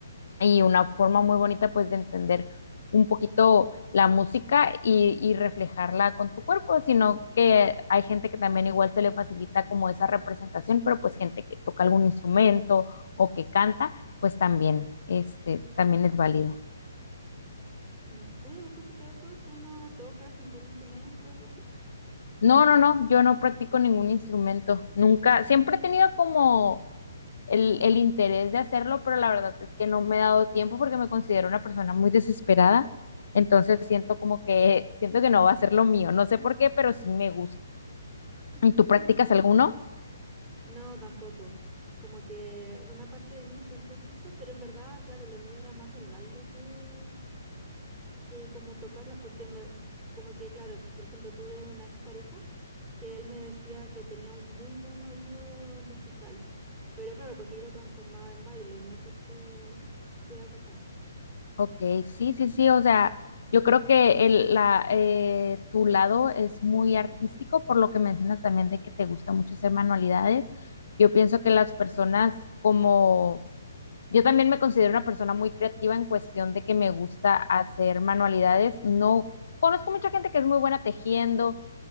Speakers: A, on the left; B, on the right.
A: y una forma muy bonita pues de entender un poquito la música y, y reflejarla con tu cuerpo, sino que hay gente que también igual se le facilita como esa representación, pero pues gente que toca algún instrumento o que canta, pues también, este, también es válido.
B: Mm. Oye, a propósito de eso, ¿tú no tocas ningún instrumento o algo así?
A: No, no, no, yo no practico ningún instrumento, nunca, siempre he tenido como el, el interés de hacerlo, pero la verdad es que no me he dado tiempo porque me considero una persona muy desesperada. Entonces siento como que, siento que no va a ser lo mío. No sé por qué, pero sí me gusta.
B: <laughs>
A: ¿Y ¿Tú practicas alguno?
B: No, tampoco. Como que una parte de mí siempre quiso, pero en verdad, claro, lo mío era más el baile que, que como tocarla, porque me, como que, claro, por ejemplo, tuve una expareja que él me decía que tenía un muy buen oído musical, pero claro, porque yo lo transformaba en baile, no porque supiera tocar.
A: Ok, sí, sí, sí. O sea, yo creo que el, la, eh, tu lado es muy artístico, por lo que mencionas también de que te gusta mucho hacer manualidades. Yo pienso que las personas como Yo también me considero una persona muy creativa en cuestión de que me gusta hacer manualidades. No conozco mucha gente que es muy buena tejiendo,